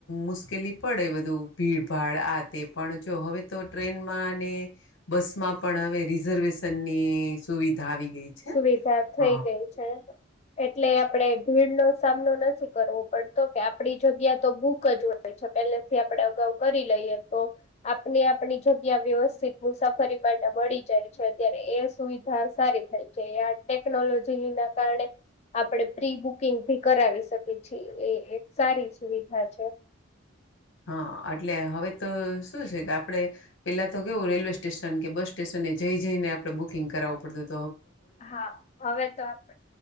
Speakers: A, on the left; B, on the left.
A: મુશ્કેલી પડે બધું ભીડ ભાડ આ તે પણ. જો હવે તો ટ્રેનમાં અને બસમાં પણ હવે રિઝર્વેશ. ની સુવિધા આવી ગઈ છે
B: સુવિધા થઈ
A: હ.
B: ગઈ છે. એટલે આપડે ભીડ નો. સામનો નથી કરવો પડતો કે આપડી જગ્યા તો બુક જ હોય છે પેલે થી આપડે અગાઉ કરી લઈ. તો આપને આપણી જગ્યા વ્યવસ્થિત મુસાફરી માટે મળી જાય છે અત્યારે એ સુવિધા સારી થાય છે ટેકનોલોજી ના કારણે આપણે પ્રી બુકિંગ ભી કરાવી શકીએ છીએ એ એક સારી સુવિધા છે
A: હા એટલે હવે તો શું છે કે આપણે પેલા તો કેવું રેલવે સ્ટેશન કે બસ સ્ટેશન એ જઈ જઈને આપડણે બુકિંગ કરાવું પડતું હતું
B: હા હવે તો આપ